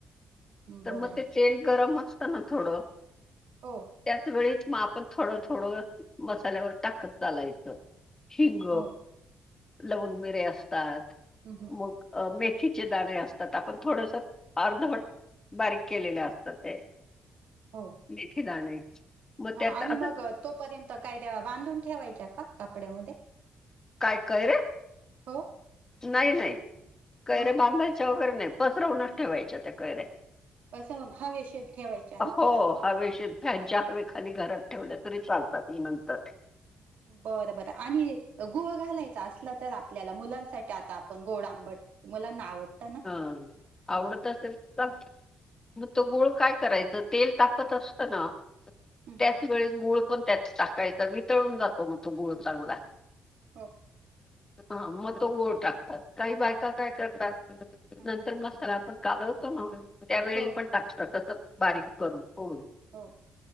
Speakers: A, on the left; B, on the right.
A: तर
B: बरं
A: मग ते तेल गरम असतं ना थोडं
B: हो
A: त्याच वेळीच मग आपण थोडं थोडं मसाल्यावर टाकत चालायचं. हिंग
B: हो
A: लवंग मिरे असतात
B: हम्म हम्म
A: मग अ मेथीचे दाणे असतात आपण थोडंसं अर्धवट बारीक केलेले असतात. तर ते
B: हो
A: मेथी दाणे मग
B: हा
A: त्यात
B: आणि
A: असंच
B: मग तोपर्यंत काय त्या बांधून ठेवायच्या का कापड्यामध्ये?
A: काय कैऱ्या
B: हो
A: नाही नाही कैऱ्या
B: मग
A: बांधायच्या वगैरे नाही. पसरवूणच ठेवायच्या त्या कैऱ्या.
B: कसं हवेशीर ठेवायचा ना?
A: हो
B: पसरून
A: हवेशीर फॅनच्या हवेखाली घरात ठेवल तरी चालतात नंतर
B: बरं बरं आणि गुळ घालायचा असला तर आपल्याला मुलांसाठी? ते आता आपण गोड आंबट मुलाना आवडत
A: हा आवडत असेल तर मग तो गुळ काय करायच तेल तापत असतं ना त्याच
B: हं,
A: वेळी गुळ पण त्यात टाकायचा वितळून जातो मग तो गुळ चांगला
B: <unintelligible>
A: हा मग तो गुळ टाकतात काही बायका काय करतात
B: हं,
A: नंतर मसाला आपण कालवतो ना त्यावेळी
B: हो हो
A: पण टाकत तसं बारीक करून, हो
B: हो